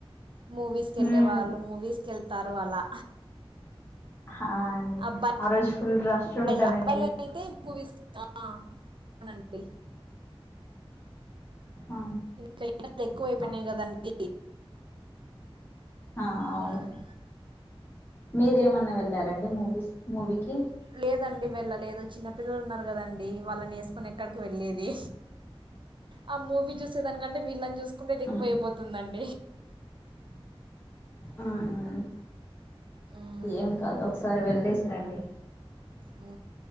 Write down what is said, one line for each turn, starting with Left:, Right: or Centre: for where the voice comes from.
Right: మూవీస్కి
Left: హ్మ్
Right: వెళ్ళే వాళ్ళు మూవీస్కి వెళ్తారు అలా
Left: ఆ అండి
Right: అబ్బాయిలు
Left: ఆ రోజు ఫుల్ రష్ ఉంటదండి
Right: అబ్బాయిలు అయితే మూవీస్కి వెళ్తారండీ
Left: ఆ
Right: ఇకైనాది ఎక్కువైపోయినాయి
Left: అవ్
Right: కదండి
Left: ఆ అవును
Right: మ్మ్.
Left: మీరేమన్నా వెళ్ళారండి మూవీస్ మూవీకి
Right: లేదండి వెళ్ళలేదు చిన్న పిల్లలు ఉన్నారు కదండి వాళ్ళని వే కొ ఎక్కడికి వెళ్ళలేది ఆ మూవీ చూ వే దానికంటే వీళ్ళని చూసుకుంటే అది
Left: హ్మ్
Right: ఎక్కువ అయిపోతుందండి
Left: ఆ ఆ
Right: మ్మ్.
Left: ఏం కాదు ఒకసారి వెళ్ళేసిరండి.
Right: ఉ